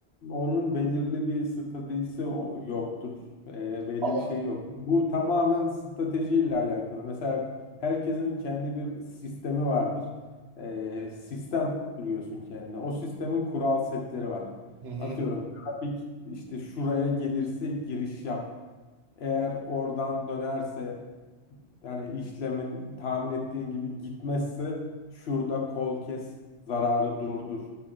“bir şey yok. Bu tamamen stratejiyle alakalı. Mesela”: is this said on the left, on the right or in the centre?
Left